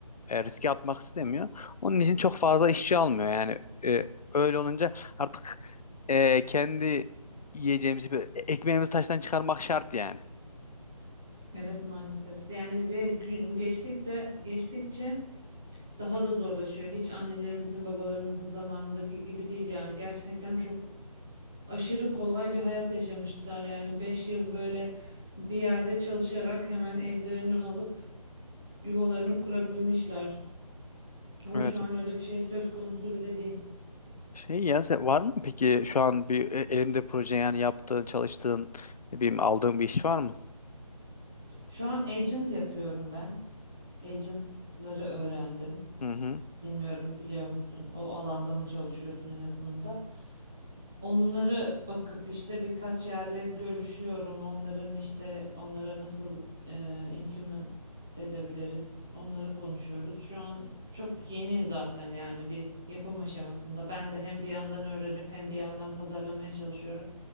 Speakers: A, on the left; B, in the centre.
A: e, riske atmak istemiyor. Onun için çok fazla işçi almıyor. Yani e, öyle olunca artık e, kendi yiyeceğimizi bir- e, ekmeğimizi taştan çıkarmak şart yani.
B: Evet maalesef. Yani ve gün geçtik de geçtikçe daha da zorlaşıyor. Hiç annelerimizin, babalarımızın zamanındaki gibi değil yani. Gerçekten çok aşırı kolay bir hayat yaşamışlar yani 5 yıl böyle bir yerde çalışarak hemen evlerini alıp yuvalarını kurabilmişler. Ama
A: Evet.
B: şu an öyle bir şey söz konusu bile değil.
A: Şey ya sen- var mı peki şu an bir e, elinde proje yani yaptığın, çalıştığın, ne bileyim aldığın bir iş var mı?
B: Şu an agent yapıyorum ben. Agentları öğrendim.
A: Hı hı.
B: Bilmiyorum biliyor musun? O alanda mı çalışıyorsun yazılımda? Onları bakıp işte birkaç yerle görüşüyorum. Onların işte onlara nasıl e, implement edebiliriz. Onları konuşuyoruz. Şu an çok yeni zaten yani bir yapım aşamasında. Ben de hem bir yandan öğrenip hem bir yandan pazarlamaya çalışıyorum.